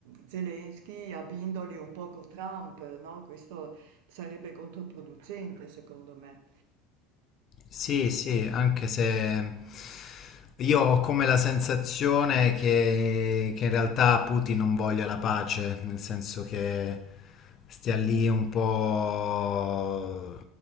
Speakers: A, on the right; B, on the left.
A: Zelensky abbindoli un poco Trump, no? Questo sarebbe controproducente, secondo me.
B: Sì, sì, anche se io ho come la sensazione che, che in realtà Putin non voglia la pace, nel senso che stia lì un po'